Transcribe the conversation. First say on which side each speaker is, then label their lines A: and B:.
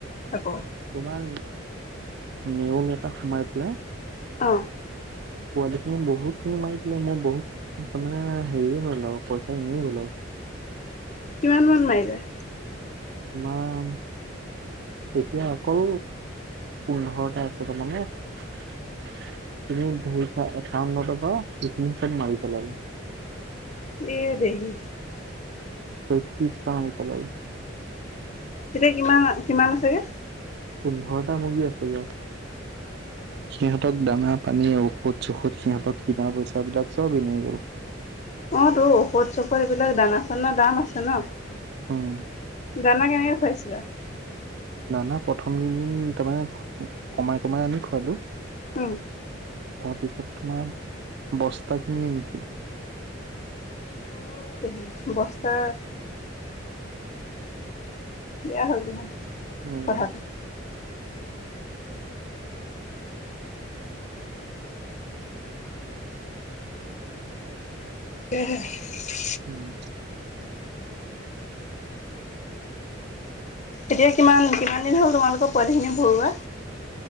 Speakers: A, on the left; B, on the right.
A: আকৌ?
B: তোমাৰ নেউল এটা সোমাই পেলাই
A: অ'।
B: পোৱালিখিনি বহুতখিনি মাৰিপেলাই, মই বহুত তাৰমানে হেৰি হল আৰু পইচা এনেই গল আৰু।
A: কিমান মান মাৰিলে?
B: ইমান এতিয়া অকল পোন্ধৰটা আছে, তাৰ মানে <unintelligible> বা সেইখিনি চব মাৰি পেলালে।
A: ইয়ে দেহি।
B: ছয়ত্ৰিশটা মাৰি পেলালে।
A: এতিয়া কিমান-কিমান আছেগে?
B: পোন্ধৰটা মুৰ্গী আছে ইয়াত।
A: <inaudible>
B: সিহঁতক দানা পানী ঔষধ-চৌষধ, সিহঁতক কিনা পইচাবিলাক চব এনেই গল।
A: অ', টো, ঔষধ-চষধ এইবিলাক দানা চানা দাম আছে নহ?
B: অ',।
A: দানা কেনেকে খুৱাইছিলা?
B: দানা প্ৰথম কেইদিন তাৰমানে কমাই-কমাই আনি খোৱালো।
A: উম।
B: তাৰপিছত তোমাৰ, বস্তা কিনি আনিছিলো।
A: অ', দেহি বস্তা বেয়া হল <unintelligible>
B: উম,
A: কথাটো। <unintelligible>
B: উম।
A: এতিয়া কিমান-কিমান দিন হ'ল তোমালোকৰ পোৱালিখিনি ভৰুৱা?